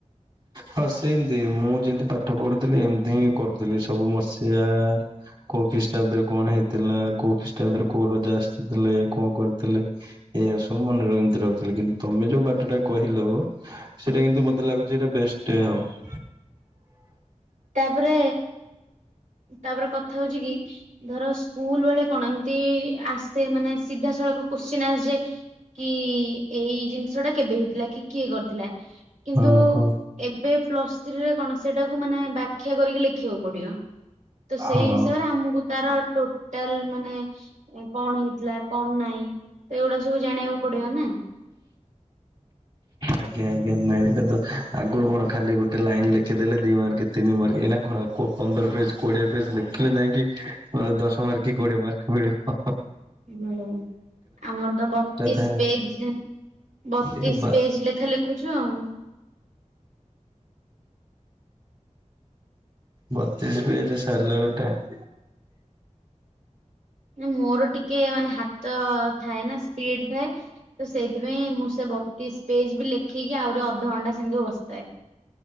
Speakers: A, on the right; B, on the right.
A: ହଁ ସେଇମିତି। ମୁଁ ଯେମିତି ପାଠ ପଢୁଥିଲି ଏମିତି ହିଁ କରୁଥିଲି ସବୁ ମସିଆ କୋଉ ଖ୍ରୀଷ୍ଟାବ୍ଦରେ କଣ ହେଇଥିଲା କୋଉ ଖ୍ରୀଷ୍ଟାଦ୍ଦରେ କୋଉ ରଜା ଆସିଥିଲେ କଣ କରି ଥିଲେ ଏଇଆ ସବୁ ମନେ ଏମିତି ରଖ କିନ୍ତୁ ତମେ ଯୋଉ ବାଟ ଟା କହିଲ ସେଇଟା କିନ୍ତୁ ମତେ ଲାଗୁଛି ଏଇଟା ବେଷ୍ଟ ହବ।
B: ତାପରେ ତାପରେ କଥା ହଉଚି କି ଧର ସ୍କୁଲ ବେଳେ କଣ ଏମିତି ଆସେ ମାନେ ସିଧାସଳଖ କୋଶ୍ଚିନ୍ ଆସିଯାଏ। କି ଏଇ ଜିନିଷ ଟା କେବେ ହେଇଥିଲା କି କିଏ କରିଥିଲା। କିନ୍ତୁ
A: ହଁ ହଁ।
B: ଏବେ ପ୍ଲସ୍ ଥ୍ରୀରେ କଣ ସେଟାକୁ ମାନେ ବ୍ୟାଖ୍ୟା କରିକି ଲେଖିବାକୁ ପଡିବ। ତ ସେଇ
A: ହଁ
B: ହିସାବରେ ଆମକୁ ତାର ଟୋ ଟୋଟାଲେ ମାନେ କଣ ହେଇଥିଲା କଣ ନାାଇଁ ତ ଏଇଗୁଡା ସବୁ ଜାଣିବାକୁ ପଡିବ ନା।
A: ଆଜ୍ଞା ଆଜ୍ଞା ନାଇଁ ଏଇଟା ତ ଆଗୁରୁ କଣ ଖାଲି ଗୋଟେ ଲାଇନ ଲେଖିଦେଲେ ଦି ମାର୍କ। ତିନି ମାର୍କ ଏଇନା କଣ ପନ୍ଦର ପେଜ କୋଡିଏ ପେଜ ଲେଖିଲେ ଯାଇକି ମାନେ ଦଶ ମାର୍କ କି କୋଡିଏ ମାର୍କ ମିଳିବ। ଆ
B: ହୁଁ ମାୟ ଆମର ତ ବତିଶ
A: ଥାଏ।
B: ପେଜରେ ବତିଶ
A: ଏରେ ବା
B: ପେଜ ପି ଜି ଲେଖା ଲେଖୁଛ ଆଉ।
A: ବତିଶ ପେଜ ସାରିଲା ବେଳେ କାଇଁ
B: ନା ମୋର ଟିକେ ମାନେ ହାତ ଥାଏ ନା ସ୍ପିଡ ଥାଏ। ତ ସେଇଥିପାଇଁ ମୁଁ ସେ ବତିଶ ପେଜ ବି ଲେଖିକି ଆହୁରି ଅଧଘଣ୍ଟା ସେମିତି ବସିଥାଏ।